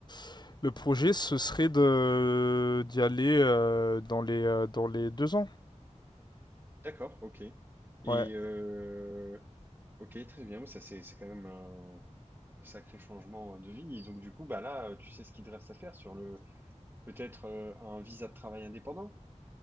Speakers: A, on the left; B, on the right.
A: <laughs> Le projet, ce serait de d'y aller euh, dans les euh, dans les deux ans.
B: D'accord, ok. Et
A: Ouais,
B: euh, ok, très bien. Ça c'est c'est quand même un, un sacré changement de vie. Et donc du coup, bah là, tu sais ce qu'il te reste à faire sur le peut-être euh, un visa de travail indépendant.